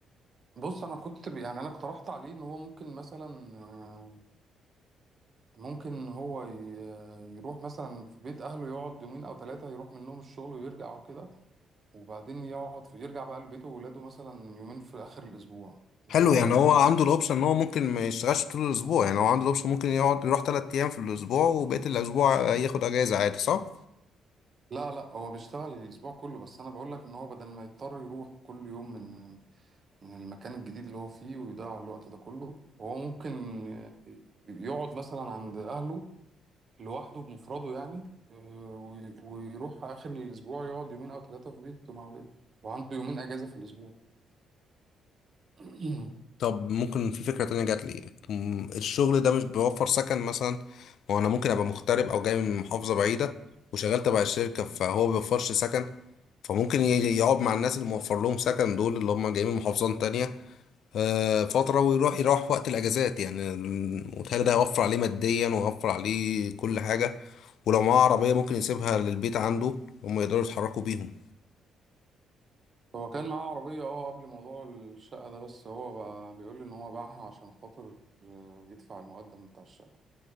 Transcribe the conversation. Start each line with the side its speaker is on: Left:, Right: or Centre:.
Right: بص انا كنت ب- يعني انا اقترحت عليه ان هو ممكن مثلا آه، ممكن هو ي- آه، يروح مثلا في بيت اهله يقعد يومين او ثلاثه يروح منهم الشغل ويرجع وكده وبعدين يقعد في يرجع بقى لبيته وولاده مثلا يومين في اخر الاسبوع اللي
Left: حلو
Right: هو
Left: يعني هو عنده الاوبشن ان هو ممكن ما يشتغلش طول الاسبوع يعني هو عنده الاوبشن ممكن يقعد يروح تلات ايام في الاسبوع وبقية الاسبوع ياخد اجازة عادي صح؟
Right: لا لا هو بيشتغل الاسبوع كله بس انا بقول لك ان هو بدل ما يضطر يروح كل يوم من من المكان الجديد اللي هو فيه ويضيع الوقت ده كله هو ممكن آه، يقعد مثلا عند اهله لوحده بمفرده يعني آه، وي- ويروح آخر الأسبوع يقعد يومين أو ثلاثة في بيته مع ولاده وعنده يومين أجازة في الأسبوع <clears throat>
Left: طب ممكن في فكرة تانية جات لي م- الشغل ده مش بيوفر سكن مثلا ما هو انا ممكن ابقى مغترب او جاي من محافظة بعيدة وشغال تبع الشركة فهو ما بيوفرش سكن فممكن ي- يقعد مع الناس اللي موفر لهم سكن دول اللي هم جايين من محافظات تانية آه، فترة ويروح يروح في وقت الاجازات يعني ال- وتهيألي ده هيوفر عليه ماديا وهيوفر عليه كل حاجة ولو معاه عربية ممكن يسيبها للبيت عنده هم يقدروا يتحركوا بيهم
Right: هو كان معاه عربية اه قبل موضوع الشقة ده بس هو بقى بيقول لي إن هو باعها عشان خاطر آه، يدفع المقدم بتاع الشقة